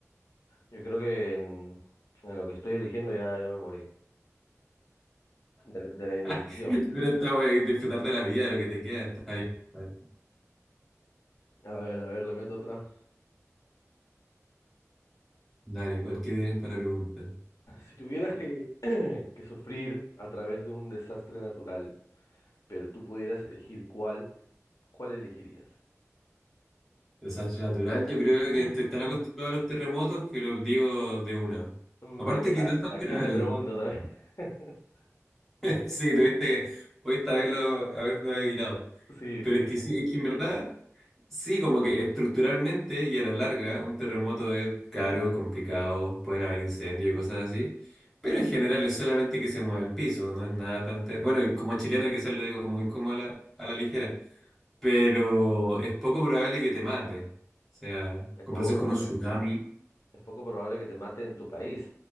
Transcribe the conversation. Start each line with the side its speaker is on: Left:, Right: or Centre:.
Left: Yo creo que en, en lo que estoy eligiendo ya, ya me morí de, la de la indecisión.
Centre: <laughs> Pero está, bueno disfrutar de la vida, de lo que te queda, está bien. Dale,
Left: A ver, a ver, le meto otra.
Centre: Dale, ¿cuál- ¿qué tienes para preguntar?
Left: Si tuvieras que, <clears throat> que sufrir a través de un desastre natural, pero tú pudieras elegir cuál, ¿cuál elegirías?
Centre: Desastre natural, yo creo
Left: <clears throat>
Centre: que estoy tan acostumbrado a los terremotos que lo digo de una.
Left: Mm,
Centre: Aparte
Left: ¿A, qué-
Centre: que
Left: a-
Centre: no es tan
Left: a
Centre: grave.
Left: quién le pregunto también? <laughs>
Centre: <laughs> Sí, tuviste que, pudiste haberlo, haberlo adivinado.
Left: Sí,
Centre: Pero
Left: sí,
Centre: es
Left: sí.
Centre: que sí, es que en verdad, sí, como que estructuralmente y a la larga, un terremoto es caro, complicado, pueden haber incendios y cosas así. Pero en general es solamente que se mueva el piso, no es nada tan... te- Bueno, y como chileno quizás lo digo muy como a la, a la ligera pero es poco probable que te mate. O sea, en
Left: Es
Centre: comparación
Left: poco probable
Centre: con un tsunami.
Left: es poco probable que te mate en tu país,